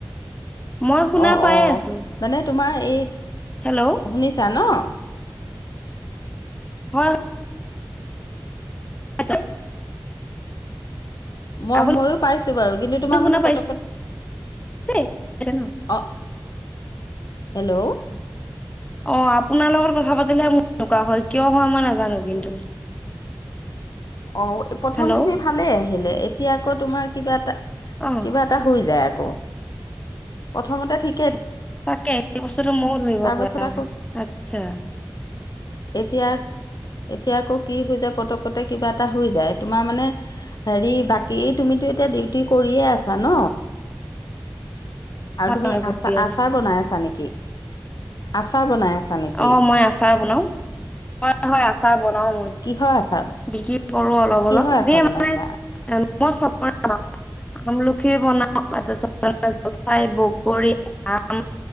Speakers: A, on the left (about 15°); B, on the left (about 65°).
A: মই শুনা
B: অহ
A: পাই
B: অহ,
A: আছো
B: মানে তোমাৰ এই
A: হেল্ল'
B: শুনিছা ন?
A: হয় আচ্ছা।
B: মই
A: আপুনি
B: ময়ো পাইছো পাইছো বাৰু কিন্তু তোমাৰ
A: শুনা
B: মানে
A: পাইছে
B: পতকত
A: পাইছে ন
B: অহ। হেল্ল'!
A: অহ আপোনাৰ লগত কথা পাতিলে মোৰ এনেকুৱা হয় কিয় হয় মই নাজানো কিন্তু?
B: অহ প্ৰথমখিনি
A: হেল্ল'
B: ভালে আহিলে এতিয়া আকৌ তোমাৰ কিবা এটা
A: অ
B: কিবা এটা হৈ যায় আকৌ। প্ৰথমতে ঠিক
A: তাকে এই বস্তু মো ধৰিব
B: তাৰপাছত
A: পৰা
B: আকৌ
A: নাই, আচ্ছা।
B: এতিয়া, এতিয়া আকৌ কি হৈ যায় পতকতে কিবা এটা হৈ যায় তোমাৰ মানে হেৰি বাকী তুমিতো এতিয়া ডিউটি কৰিয়ে আছা ন? আৰু
A: হয়
B: তুমি
A: হয় কৰি
B: আচা -আচাৰ
A: আছো
B: বনাই আছা নেকি? আচাৰ বনাই আছা নেকি?
A: অহ মই আচাৰ বনাও, হয় হয় আচাৰ বনাও মই।
B: কিহৰ আচাৰ
A: বিক্ৰী কৰোঁ অলপ
B: কিহৰ
A: অলপ
B: আচাৰ
A: দিয়ে মাই
B: বনাইছা?
A: মানে মই চ <inaudible> আমলখি বনাও জলফাই বগৰী আম